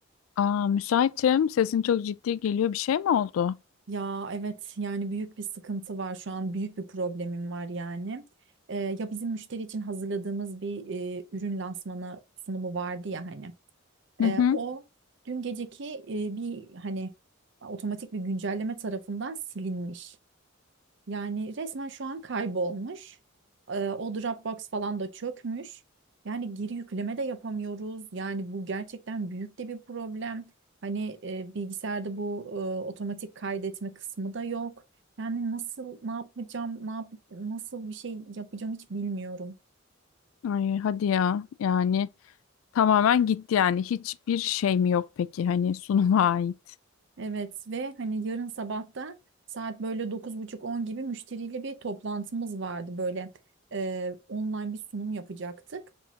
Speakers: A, on the left (about 90°); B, on the right (about 60°).
A: Aa, müsaitim. Sesin çok ciddi geliyor. Bir şey mi oldu?
B: Ya evet yani büyük bir sıkıntı var şu an büyük bir problemim var yani. Ee, ya bizim müşteri için hazırladığımız bir e, ürün lansmanı sunumu vardı ya hani.
A: Hı
B: Ee,
A: hı.
B: o dün geceki e, bir hani otomatik bir güncelleme tarafından silinmiş. Yani resmen şu an kaybolmuş. Ee, o Dropbox falan da çökmüş. Yani geri yükleme de yapamıyoruz. Yani bu gerçekten büyük de bir problem. Hani e, bilgisayarda bu e, otomatik kaydetme kısmı da yok. Yani nasıl ne yapacağım, ne yap nasıl bir şey yapacağım hiç bilmiyorum.
A: Ay, hadi ya. Yani tamamen gitti yani. Hiçbir şey mi yok peki? Hani sunuma <laughs> ait.
B: Evet ve hani yarın sabah da saat böyle dokuz buçuk on gibi müşteriyle bir toplantımız vardı. Böyle e, online bir sunum yapacaktık.